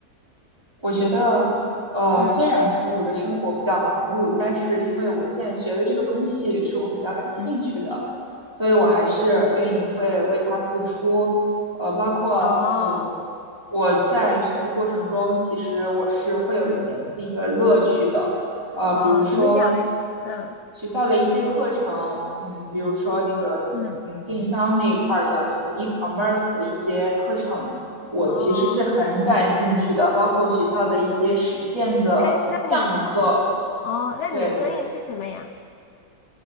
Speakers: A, on the right; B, on the left.
A: 我觉得，呃，
B: 嗯，
A: 虽然说我的生活比较忙碌，但是因为我现在学的这个东西是我比较感兴趣的，
B: 嗯
A: 所以我还是愿意会为它付出。呃，包括呃，
B: 哦，
A: 我在学习过程中，其实我是会有一点自己的乐趣的。
B: 嗯
A: 呃，
B: 哦，
A: 比如说
B: 怎么讲嘞？嗯，
A: 学校的一些课程，嗯，比如说那个嗯电商那一块儿的，
B: 嗯，
A: 包括 e-commerce 的一些课程，我其实是很感兴趣的，
B: 哦，
A: 包括学校的一些实践的项目课，
B: 哎，那你哦，那你的专业是什么呀？
A: 对，我。